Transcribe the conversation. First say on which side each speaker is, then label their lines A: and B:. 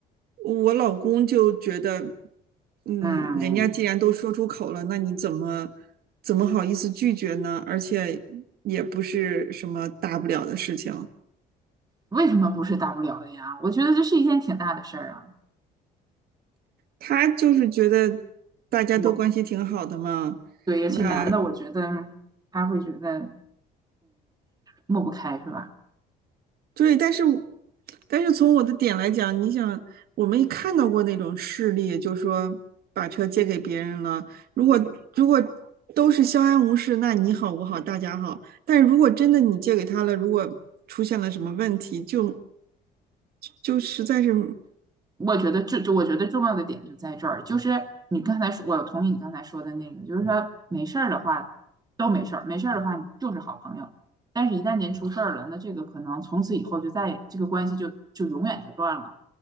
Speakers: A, on the right; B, on the right.
A: 我老公就觉得，嗯，
B: 嗯，
A: 人家既然都说出口了，那你怎么怎么好意思拒绝呢？而且也不是什么大不了的事情，
B: 为什么不是大不了的呀？我觉得这是一件挺大的事儿啊。
A: 他就是觉得大家都关系挺好的嘛，
B: 我对，尤其男的，
A: 那
B: 我觉得他会觉得抹不开，是吧？
A: 对，但是但是从我的点来讲，你想，我们看到过那种事例，就说把车借给别人了，如果如果都是相安无事，那你好我好大家好。但是如果真的你借给他了，如果出现了什么问题，就就实在是
B: 我觉得这，这我觉得重要的点就在这儿，就是你刚才说，我同意你刚才说的那个，就是说没事儿的话都没事儿，没事儿的话就是好朋友，但是一旦您出事儿了，那这个可能从此以后就再也这个关系就就永远就断了。